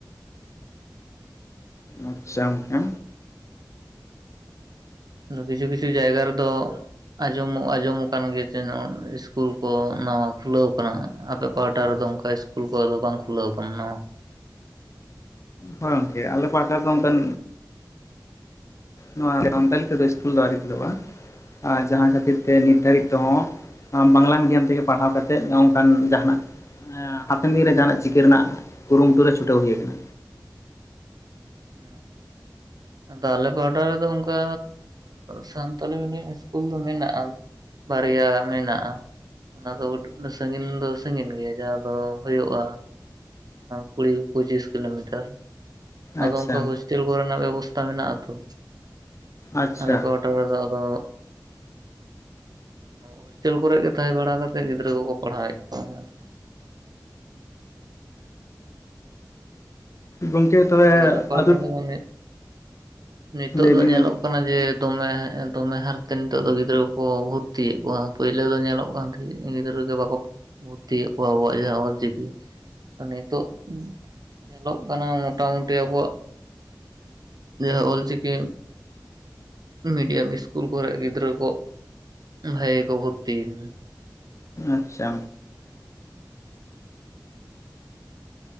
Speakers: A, on the left; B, on the right.
A: ᱟᱪᱪᱷᱟ ᱜᱚᱝᱠᱮ
B: ᱠᱤᱪᱷᱩ ᱠᱤᱪᱷᱩ ᱡᱟᱭᱜᱟ ᱨᱮ ᱫᱚ ᱟᱸᱡᱚᱢ ᱟᱸᱡᱚᱢ ᱟᱠᱟᱱ ᱜᱮ ᱡᱮ ᱱᱚ ᱤᱥᱠᱩᱞ ᱠᱚ ᱱᱟᱣᱟ ᱠᱷᱩᱞᱟᱹᱣ ᱠᱟᱱᱟ ᱟᱯᱮ ᱯᱟᱦᱴᱟ ᱨᱮᱫᱚ ᱚᱱᱠᱟ ᱤᱥᱠᱩᱞ ᱠᱚ ᱟᱫᱚ ᱵᱟᱝ ᱠᱷᱩᱞᱟᱹᱣ ᱟᱠᱟᱱᱟ
A: ᱦᱳᱭ ᱜᱚᱝᱠᱮ ᱟᱞᱮ ᱯᱟᱦᱴᱟ ᱨᱮᱫᱚ ᱚᱱᱠᱟᱱ ᱱᱚᱣᱟ ᱥᱟᱱᱛᱟᱞᱤ ᱛᱮᱫᱟ ᱥᱠᱩᱞ ᱫᱚ ᱟᱹᱶᱨᱤ ᱠᱷᱩᱞᱚᱜ-ᱟ ᱟᱨ ᱡᱟᱦᱟᱸ ᱠᱷᱟᱹᱛᱤᱨ ᱛᱮ ᱱᱤᱨᱫᱷᱟᱨᱤᱛ ᱛᱮᱦᱚᱸ ᱵᱟᱝᱞᱟ ᱢᱤᱰᱤᱭᱟᱢ ᱛᱮᱜᱮ ᱯᱟᱲᱦᱟᱣ ᱠᱟᱛᱮ ᱱᱚᱝᱠᱟᱱ ᱡᱟᱦᱱᱟᱜ ᱦᱟᱯᱮᱱ ᱫᱤᱱᱨᱮ ᱡᱟᱦᱟᱱᱟᱜ ᱪᱤᱠᱟᱹ ᱨᱮᱱᱟᱜ ᱠᱩᱨᱩᱢᱩᱴᱩ ᱨᱮ ᱪᱷᱩᱴᱟᱹᱣ ᱦᱩᱭ ᱟᱠᱟᱱᱟ
B: ᱦᱮᱸ ᱟᱫᱚ ᱟᱞᱮ ᱯᱟᱦᱴᱟ ᱨᱮᱫᱚ ᱚᱱᱠᱟ ᱥᱟᱱᱛᱟᱞᱤ ᱢᱤᱰᱤᱭᱟᱢ ᱤᱥᱠᱩᱞ ᱫᱚ ᱢᱮᱱᱟᱜ-ᱟ ᱵᱟᱨᱭᱟ ᱢᱮᱱᱟᱜ-ᱟ ᱚᱱᱟ ᱫᱚ ᱥᱟᱺᱜᱤᱧ ᱫᱚ ᱥᱟᱺᱜᱤᱧ ᱜᱮᱭᱟ ᱡᱟᱦᱟᱸ ᱫᱚ ᱦᱩᱭᱩᱜ-ᱟ ᱠᱩᱲᱤ ᱯᱚᱸᱪᱤᱥ ᱠᱤᱞᱳᱢᱤᱴᱟᱨ ᱟᱫᱚ
A: ᱟᱪᱪᱷᱟ
B: ᱚᱱᱠᱟ ᱦᱳᱥᱴᱮᱞ ᱠᱚᱨᱮᱱᱟᱜ ᱵᱮᱵᱚᱥᱛᱟ ᱢᱮᱱᱟᱜ ᱟᱛᱚ
A: ᱟᱪᱪᱷᱟ
B: ᱟᱞᱮ ᱯᱟᱦᱴᱟ ᱨᱮᱫᱚ ᱟᱫᱚ ᱦᱳᱥᱴᱮᱞ ᱠᱚᱨᱮ ᱜᱮ ᱛᱟᱦᱮᱸ ᱵᱟᱲᱟ ᱠᱟᱛᱮᱜ ᱜᱤᱫᱽᱨᱟᱹ ᱠᱚ ᱠᱚ ᱯᱟᱲᱦᱟᱣᱮᱫ ᱠᱚᱣᱟ ᱟᱨ ᱠᱤ
A: ᱜᱚᱢᱠᱮ ᱛᱚᱵᱮ
B: ᱟᱫᱚ ᱟᱞᱮ ᱯᱟᱦᱴᱟ
A: ᱟᱫᱚ
B: ᱨᱮᱫᱚ ᱱᱤᱛᱚᱜ
A: ᱞᱟᱹᱭ
B: ᱫᱚ
A: ᱵᱤᱱ
B: ᱧᱮᱞᱚᱜ
A: ᱜᱚᱢᱠᱮ
B: ᱠᱟᱱᱟ ᱡᱮ ᱫᱚᱢᱮ ᱫᱚᱢᱮ ᱦᱟᱨᱛᱮ ᱱᱤᱛᱚᱜ ᱫᱚ ᱜᱤᱫᱽᱨᱟᱹ ᱠᱚᱠᱚ ᱵᱷᱚᱨᱛᱤᱭᱮᱫ ᱠᱚᱣᱟ ᱯᱳᱭᱞᱳ ᱫᱚ ᱧᱮᱞᱚᱜ ᱯᱟᱱᱛᱷᱤ ᱜᱤᱫᱽᱨᱟᱹ ᱜᱮ ᱵᱟᱠᱚ ᱵᱷᱩᱨᱛᱤᱭᱮᱫ ᱠᱚᱣᱟ ᱠᱚ ᱡᱮ ᱚᱞ ᱪᱤᱠᱤ ᱱᱤᱛᱚᱜ ᱧᱮᱞᱚᱜ ᱠᱟᱱᱟ ᱢᱚᱴᱟᱢᱩᱴᱤ ᱟᱵᱚᱣᱟᱜ ᱡᱟᱦᱟᱸ ᱚᱞ ᱪᱤᱠᱤ ᱢᱤᱰᱤᱭᱟᱢ ᱥᱠᱩᱞ ᱠᱚᱨᱮ ᱜᱤᱫᱽᱨᱟᱹ ᱠᱚ ᱵᱷᱟᱜᱮ ᱠᱚ ᱵᱷᱚᱨᱛᱤ ᱠᱟᱱᱟ
A: ᱟᱪᱪᱷᱟ